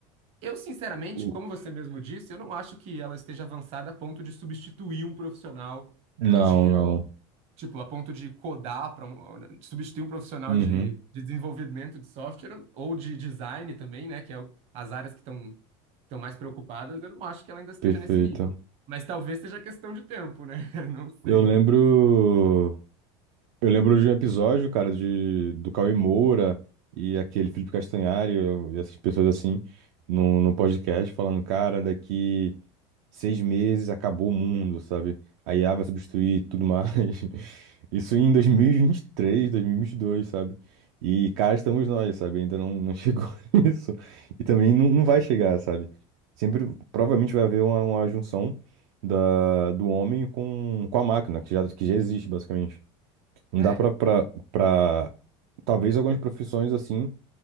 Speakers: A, on the right; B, on the right.
A: Eu, sinceramente,
B: O-
A: como você mesmo disse, eu não acho que ela esteja avançada a ponto de substituir um profissional
B: Não,
A: de,
B: não.
A: tipo, a ponto de codar para um, de substituir um profissional
B: Uhum,
A: de, de desenvolvimento de software ou de design também, né, que é o- as áreas que estão estão mais preocupadas. Eu não acho que ela ainda esteja
B: perfeito.
A: nesse nível, mas talvez seja questão de tempo, né? <laughs> Não sei.
B: Eu lembro. Eu lembro de um episódio, cara, de do Cauê Moura e aquele Felipe Castanhari e essas pessoas assim no, no podcast falando, cara, daqui. seis meses, acabou o mundo, sabe? A IA vai substituir tudo mais. <laughs> Isso em 2023, 2022, sabe? E cá estamos nós, sabe? Ainda não, não chegou <laughs> isso. E também não, não vai chegar, sabe? Sempre, provavelmente vai haver uma, uma junção da, do homem com, com a máquina, que já, que já existe, basicamente. Não
A: É,
B: dá pra, pra, pra... Talvez algumas profissões, assim,